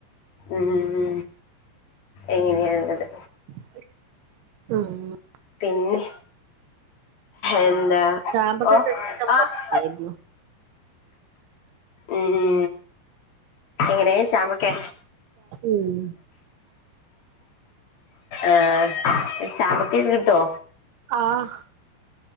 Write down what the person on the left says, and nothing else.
മ്മ് എങ്ങനെയുള്ളത്
പിന്നെ എന്താ
ഓഹ്
ആഹ്
മ്മ് എങ്ങനെ ചാമ്പക്കാ
ആഹ് ചാമ്പക്കൊക്കെ കിട്ടോ